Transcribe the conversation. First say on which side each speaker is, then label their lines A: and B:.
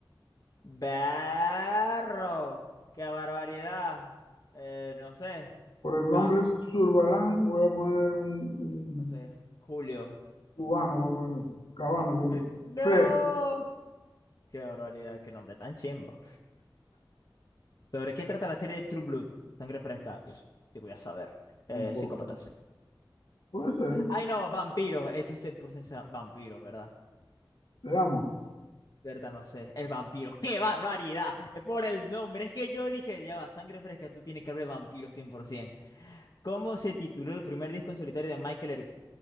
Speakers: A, on the left; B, on the left.
A: Berro, qué barbaridad. Eh, no sé,
B: Por el
A: ca-
B: nombre Zurbarán voy a poner un, un
A: no sé, Julio.
B: cubano, voy a poner yo. Cabano, que digo.
A: No,
B: Fer,
A: qué barbaridad, qué nombre tan chimbo. ¿Sobre qué trata la serie True Blood? Sangre fresca. Pff, yo voy a saber.
B: tampoco.
A: Eh, psícopatas.
B: Puede ser,
A: Ay, no, vampiros. Esto es por sensa- vampiros, ¿verdad?
B: le damos.
A: Berta, no sé, es vampiro. ¡Qué barbaridad! Es por el nombre. Es que yo dije, ya va, sangre fresca, tú tienes que hablar de vampiro 100%. ¿Cómo se tituló el primer disco en solitario de Michael Eric?